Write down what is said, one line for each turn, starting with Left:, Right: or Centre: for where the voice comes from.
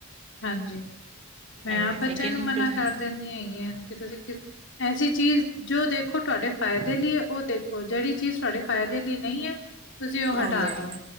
Left: ਹਾਂਜੀ। ਮੈਂ
Right: ਐਵੇਂ
Left: ਆਪ ਬੱਚੇਆਂ
Right: ਲੇਕਿਨ
Left: ਨੂੰ ਮਨਾ
Right: ਫਿਰ
Left: ਕਰ ਦੇਨੀ ਹੈਗੀ ਆਂ ਕਿ ਤੁਸੀ ਕਿਸ ਐਸੀ ਚੀਜ਼ ਜੋ ਦੇਖੋ ਤੁਹਾਡੇ ਫਾਏਦੇ ਲਈ ਐ ਓ ਦੇਖੋ, ਜੇੜੀ ਚੀਜ਼ ਤੁਹਾਡੇ ਫਾਏਦੇ ਲਈ ਨਈ ਐ ਤੁਸੀ ਓ ਹਟਾ
Right: ਓਈ ਓਈ
Left: ਦੋ।